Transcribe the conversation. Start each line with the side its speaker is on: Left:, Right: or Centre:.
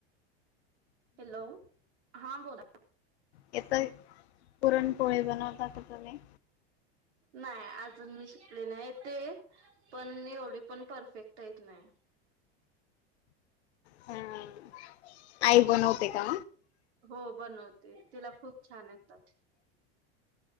Right: हॅलो हा बोला.
Left: येत पुरणपोळी बनवता का तुम्ही
Right: नाही अजून मी शिकले नाही येते पण एवढी पण परफेक्ट ता येत नाही.
Left: हम् आई बनवते का?
Right: हो बनवते तिला खूप छान येतात.